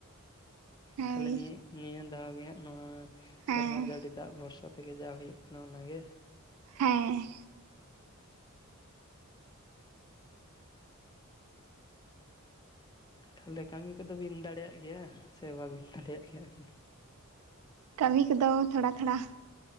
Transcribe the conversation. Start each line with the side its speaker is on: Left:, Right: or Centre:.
Right: ᱦᱳᱭ
Left: ᱛᱟᱦᱚᱞᱮ ᱱᱤᱭᱟᱹ ᱱᱤᱭᱟᱹ ᱫᱷᱟᱣ ᱜᱮ ᱦᱟᱸᱜ ᱱᱚᱣᱟ
Right: ᱦᱮᱸ
Left: ᱥᱮᱨᱢᱟ ᱡᱟᱹᱲᱤ ᱫᱟᱜ ᱵᱷᱚᱨᱥᱟ ᱛᱮᱜᱮ ᱡᱟ ᱦᱩᱭᱩᱜ ᱠᱟᱱᱟ ᱚᱱᱟᱜᱮ᱾
Right: ᱦᱮᱸ
Left: ᱛᱟᱦᱚᱞᱮ ᱠᱟᱹᱢᱤ ᱠᱚᱫᱚ ᱵᱤᱱ ᱫᱟᱲᱮᱭᱟᱜ ᱜᱮᱭᱟ ᱥᱮ ᱵᱟᱵᱤᱱ ᱫᱟᱲᱮᱭᱟᱜ ᱜᱮᱭᱟᱵᱤᱱ?
Right: ᱠᱟᱹᱢᱤ ᱠᱚᱫᱚ ᱛᱷᱚᱲᱟ ᱛᱷᱚᱲᱟ᱾